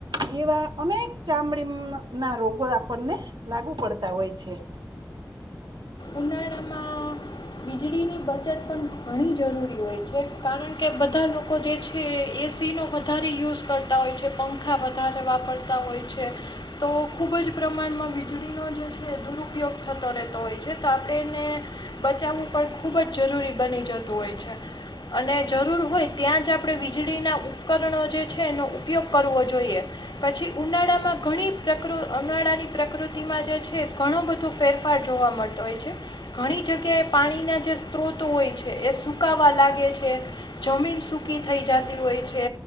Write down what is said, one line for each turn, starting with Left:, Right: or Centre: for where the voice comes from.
Right: જેવા અનેક ચામડી, ના રોગો આપણને લાગુ પડતા હોય છે.
Left: ઉનાળામાં વીજળીની બચત પણ ઘણી, જરૂરી હોય છે, કારણ કે બધા લોકો જે છે. એસીનો, વધારે યુઝ. કરતા હોય છે, પંખા વધારે વાપરતા હોય છે, તો ખૂબજ પ્રમાણમાં વીજળીનો જે છે, દુરુપયોગ થતો રહેતો હોય છે, તો આપણે એને બચાવું. પણ ખૂબજ જરૂરી બની જતું હોય છે અને જરૂર હોય, ત્યાં જ આપણે વીજળીના ઉપકરણો જે, છે એનો ઉપયોગ કરવો જોઈએ પછી ઉનાળામાં ઘણી પ્રકૃ ઉનાળાની પ્રકૃતિમાં જે છે, ઘણો બધો ફેરફાર જોવા મળતો હોય છે, ઘણી જગ્યાએ. પાણીના જે સ્ત્રોતો હોય છે, એ સકાવા લાગે છે જમીન સૂકી થઈ જતી હોય છે,